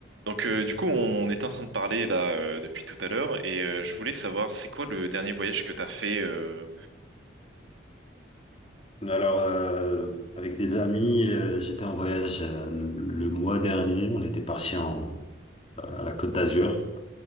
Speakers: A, on the right (about 70°); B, on the left (about 30°).
A: Donc euh, du coup, on est en train de parler là euh, depuis tout à l'heure et euh, je voulais savoir c'est quoi le dernier voyage que t'as fait euh,
B: Alors, euh, avec des amis, euh, j'étais en voyage euh, le, le mois dernier. On était parti en, euh, à la Côte d'Azur